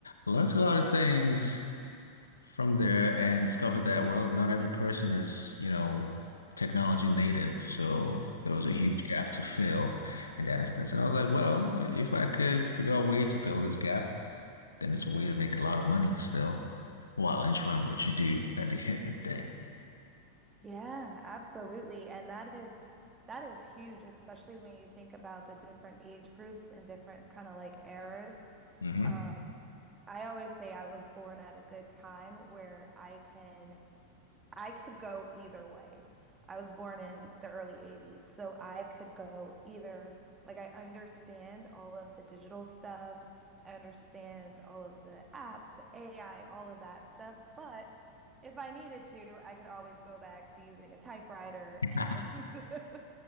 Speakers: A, on the left; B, on the right.
A: learned a lot of things from there and discovered that, well, not every person is, you know, technology native. So there was a
B: hmm
A: Mm. huge gap to fill in that instance. And I was like, well, if I could figure out ways to fill this gap, then it's a way to make a lot of money still while enjoying what you do at the <laughs> end of the day.
B: Yeah, absolutely. And that is that is huge, especially when you think about the different age groups and different kind of like eras.
A: hmm
B: Um, I always say I was born at a good time where I can I could go either way. I was born in the early 80s, so I could go either, like, I understand all of the digital stuff, I understand all of the apps, the AI, all of that stuff, but if I needed to, I could always go back to using a typewriter
A: <laughs>
B: and <laughs>